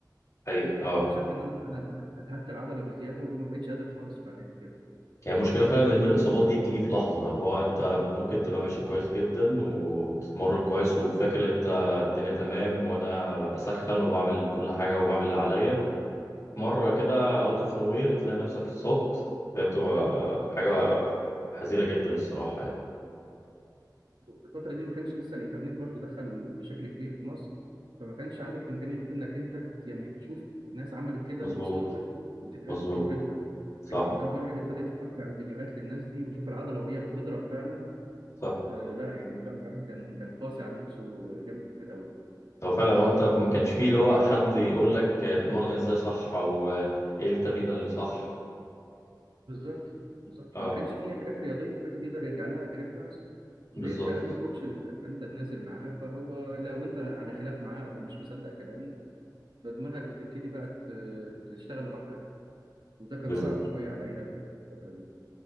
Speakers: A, on the left; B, on the right.
A: حقيقة أه
B: اكتشفت ان انا انا اجهدت العضلة بزيادة وما بقتش قادر خالص بعد كده
A: هي المشكلة فعلا إن الإصابات دي بتيجي في لحظة اللي هو أنت ممكن تبقى ماشي كويس جدا وبتتمرن كويس وفاكر إن أنت الدنيا تمام وأنا بسخن وبعمل كل حاجة وبعمل اللي عليا مرة كده أوت أوف نوير تلاقي نفسك اتصبت فهي بتبقى حاجة حزينة جدا الصراحة يعني.
B: في الفترة دي ما كانش لسه الإنترنت برضو دخل بشكل كبير في مصر فما كانش عندك إمكانية إنك أنت يعني تشوف ناس عملت كده
A: مظبوط
B: واتصابت وتنقل
A: مظبوط
B: لك خبرتها
A: صح
B: لكن لما الواحد ابتدى يتفرج على فيديوهات للناس دي ويشوف العضلة وهي بتضرب فعلا
A: صح
B: آه لا يعني فعلا الواحد كان كان قاسي على نفسه جامد قوي
A: هو فعلا هو انت ما كانش فيه اللي هو حد يقول لك آه، اتمرن ازاي صح او آه، ايه التمرين اللي صح
B: بالظبط بالظبط
A: اه
B: ما كانش فيه حاجات رياضية الواحد يقدر يرجع لها كريفرنس
A: بالظبط
B: غير كلام الكوتش اللي انت نازل معاه فهو لو انت على خلاف معاه او مش مصدق كلامه فدماغك بتبتدي بقى ت- تشتغل لوحدها وده كان
A: بالظبط
B: صعب شويه عليا في الفتره دي